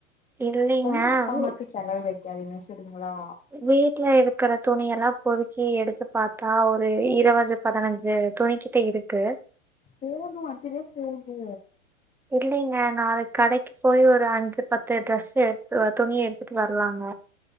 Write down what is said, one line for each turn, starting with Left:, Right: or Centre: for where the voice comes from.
Centre: இல்லைங்க
Left: ரொம்ப அப்பா
Centre: வீ
Left: அம்மாக்கு செலவு வெக்காதீங்க சரிங்களா
Centre: வீட்டுல இருக்கற துணி எல்லா பொருக்கி எடுத்து பாத்தா ஒரு இருவது பதினஞ்சு துணிக்கிட்ட இருக்கு
Left: போது அஞ்சுவே போது
Centre: இல்லைங்க நாளைக் கடைக்கு போய் ஒரு அஞ்சு பத்து ட்ரெஸ் எடுத்து வ துணி எடுத்துட்டு வரலாங்க